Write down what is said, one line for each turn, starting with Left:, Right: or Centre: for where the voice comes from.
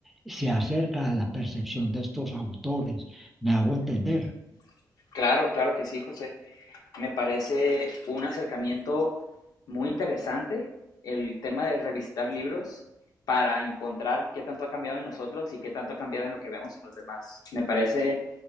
Centre: se acerca a la percepción de estos autores me hago entender.
Left: mm. Claro, claro que sí, José. Me parece un acercamiento muy interesante el tema de revisitar libros para encontrar qué tanto ha cambiado en nosotros y qué tanto ha cambiado en lo que vemos en los demás. Me parece